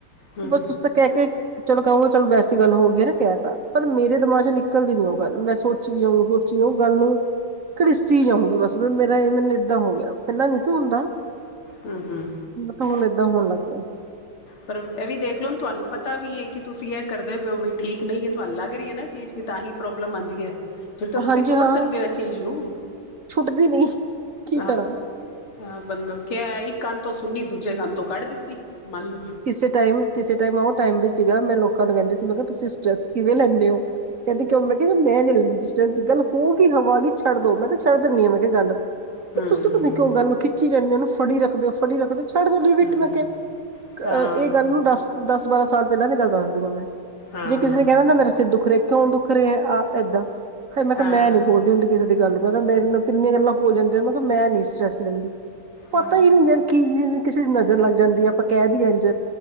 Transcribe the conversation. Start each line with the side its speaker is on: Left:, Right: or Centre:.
Left: ਹਮ
Right: ਬਸ ਤੁਸੀ ਤਾਂ ਕਹਿ ਕੇ ਚਲੋ ਕਹਗੇ ਚਲ ਵੈਸੀ ਗੱਲ ਹੋ ਗਈ ਨਾ ਕਹਿ ਤਾ ਪਰ ਮੇਰੇ ਦਿਮਾਗ ਚ ਨਿੱ ਨਿਕਲਦੀ ਨੀ ਉਹ ਗੱਲ ਮੈਂ ਸੋਚੀ ਜਾਊ ਸੋਚੀ ਜਾਊ ਗੱਲ ਨੂੰ ਘੜੀਸੀ ਜਾਊਗੀ ਬਸ ਮੇਰਾ ਇਹ ਮੈਨੂੰ ਏਦਾਂ ਹੋ ਗਿਆ ਪਹਿਲਾਂ ਨਹੀਂ ਸੀ ਹੁੰਦਾ
Left: ਹੂ ਹੂ,,,
Right: ਬਟ ਹੁਣ ਏਦਾਂ ਹੋਣ ਲੱਗੇ
Left: ਪਰ ਇਹ ਵੀ ਦੇਖ ਲਓ ਤੁਹਾਨੂੰ ਪਤਾ ਵੀ ਹੈ ਕਿ ਤੁਸੀਂ ਇਹ ਕਰਦੇ ਹੋ ਹੋ ਵੀ ਠੀਕ ਨਹੀਂ ਹੈ ਤੁਹਾਨੂੰ ਲੱਗ ਰਹੀ ਹੈ ਨਾ ਚੀਜ਼ ਕਿ ਤਾਂ ਹੀ ਪ੍ਰੋਬਲਮ ਆਂਦੀ ਹੈ। ਫਿਰ ਤਾਂ ਤੁਸੀਂ
Right: ਹਾਂਜੀ
Left: ਛੋੜ
Right: ਹਾਂ
Left: ਸਕਦੇ ਹੋ ਇਸ ਚੀਜ਼ ਨੂੰ
Right: ਛੁੱਟਦੀ ਨਹੀਂ ਕੀ
Left: ਆਹ
Right: ਕਰਾਂ
Left: ਹਹ ਬੰਦਾ ਕ ਇੱਕ ਕੰਨ ਤੋਂ ਸੁਨੀ ਦੂਜੇ ਕੰਨ ਤੋਂ ਕੱਢ ਦਿੱਤੀ ਮੰਨ ਲਓ
Right: ਕਿਸੇੇ ਟਾਈਮ ਕਿਸੇ ਟਾਈਮ ਉਹ ਵੀ ਸੀਗਾ ਮੈਂ ਲੋਕਾਂ ਨੂੰ ਕਹਿੰਦੀ ਸੀ ਮੈਂ ਕਿਹਾ ਤੁਸੀਂ ਸਟੈਸ ਕਿਵੇਂ ਲੈਂਦੇ ਹੋ ਕਹਿੰਦੀ ਕਿਉਂ ਮੈਂ ਕਹਿੰ ਮੈਂ ਹਿਲਦੀ ਗੱਲ ਹੋ ਗਈ ਹਵਾਗੀ ਛੱਡ ਦੋ ਮੈਂ ਤਾਂ ਛੱਡ ਦਿੰਦੀ ਹਾਂ ਮੈਂ ਕਿਹਾ ਗੱਲ
Left: ਹੂੰ
Right: ਤੁਸੀਂ ਨ ਕਿਉ ਗੱਲ ਖਿੱਚੀ ਰਹਦੇ ਨੂੰ ਫੜੀ ਰੱਖਦੇ ਹੋ ਫੜੀ ਰੱਖਦੇ ਓ ਛੱਡ ਦਿਓ
Left: ਹੂੰ
Right: ਮੈਂ ਕਿਹਾ
Left: ਹਾਂ
Right: ਅ ਇਹ ਗੱਲ ਨੂੰ ਦੱਸ ਦਸ ਬਾਰਾਂ ਸਾਲ ਪਹਿਲਾਂ ਨੀ ਗੱਲ ਦੱਸਦੀ ਮੈਂ
Left: ਹਾਂ
Right: ਜੇ ਕਿਸੇ ਨੇ ਕਹਿਣਾ ਨਾ ਮੇਰਾ ਸਿਰ ਦੁੱਖ ਰੇਖ ਕਿਉਂ ਦੁੱਖ ਰਿਹੇ ਆਹ ਏਦਾਂ ਫਿਰ ਮੈਂ ਕਿਹਾ
Left: ਹਾਂ
Right: ਮੈਂ ਨੀ ਬੋਲਦੀ ਹੁੰਦੀ ਕਿਸੇ ਦੇ ਗੱਲ ਮੈਂ ਕਿਹਾ ਮੇਰੇ ਨਾਲ ਕਿੰਨੇ ਗੱਲਾਂ ਹੋ ਜਾਂਦੇ ਮੈਂ ਕਿਹਾ ਮੈਂ ਨੀ ਸਟਰੈਸ ਲੈਂਦੀ
Left: ਹਾਂ
Right: ਪਤਾ ਹੀ ਨੀ ਕੀ ਕਿਸੇ ਦੀ ਨਜ਼ਰ ਲੱਗ ਜਾਂਦੀ ਹੈ ਆਪਾਂ ਕਹਿ ਦਈਏ ਇੰਝ